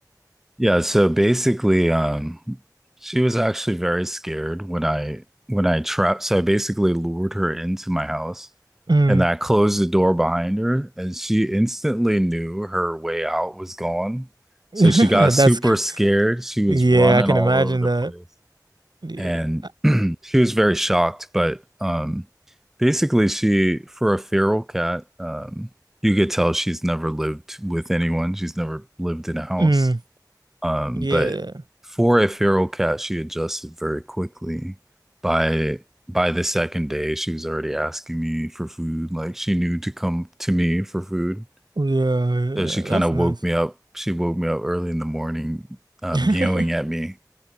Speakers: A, in the centre; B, on the right.
A: Yeah, so basically, um, she was actually very scared when I when I trapped. So I basically lured her into my house,
B: Mm.
A: and I closed the door behind her, and she instantly knew her way out was gone.
B: <laughs>
A: So she got super
B: That's c-
A: scared. She was
B: yeah,
A: running
B: I can
A: all
B: imagine
A: over the
B: that.
A: place,
B: Yeah.
A: and
B: I-
A: <clears throat> she was very shocked. But um, basically, she for a feral cat, um, you could tell she's never lived with anyone. She's never lived in a house.
B: Mm,
A: Um,
B: yeah.
A: but for a feral cat, she adjusted very quickly. By by the second day, she was already asking me for food. Like she knew to come to me for food.
B: Yeah, yeah.
A: So she kind
B: That's
A: of
B: nice.
A: woke me up. She woke me up early in the morning, um,
B: <laughs>
A: meowing at me,